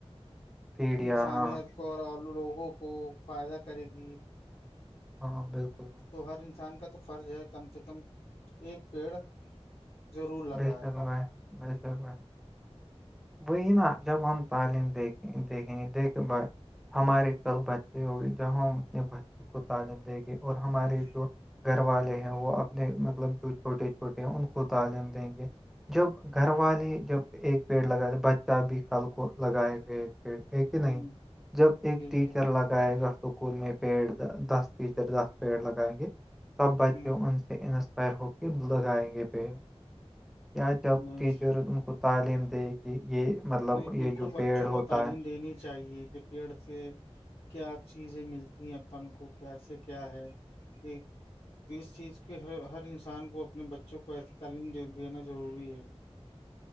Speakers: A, in the centre; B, on the left (about 60°).
A: پیڑیا
B: انسانیت
A: ہاں
B: کو اور لوگوں کو فائدہ کرے گی
A: ہاں بالکل بھائی
B: تو ہر انسان کا تو فرض ہے کم سے کم ایک پیڑ ضرور لگا
A: بے شک
B: ہے
A: بھائی بے شک بھائی وہی نا جب ہم تعلیم دیکھیں دیکھیں گ دیکھ ب ہماریے کل بچے ہوگی جب ہم اپنے بچوں کو تعلیم دیں گے اور ہماراری
B: جی
A: جو گھر والے ہیں وہ اپنے مطلب جو چھوٹے چھوٹے ہیں ان کو تعلیم دیں گے جب گھر والے جب ایک پیڑ لگات تھے بچہ بھی کل کو لگائے گئے تھ پڑ ایک ہی نہیں
B: ہوں
A: جب ایک
B: بالکل
A: ٹیچر ل کے گائے گا اسکول میں پیڑ دس ٹیچر دس پیڑ لگائیں گے سب بچے
B: ہوں
A: ان سے انسپائر ہو کے لگائیں گے پیڑ یا جب
B: نہیں
A: ٹیچر ان کو تعلیم دے کہ یہ مطلب
B: نہیں بالکل
A: یہ جو
B: بچوں
A: پیڑ ہوتا
B: کو تعلیم دینی چاہیے کہ پیڑ سے کیا چیزیں ملتی ہیں اپن کو کیسے کیا ہے ایک تو اس چیز کے ہر ہر انسان کو اپنے بچوں کو ایسی تعلیم دینا ضروری ہے
A: <inaudible>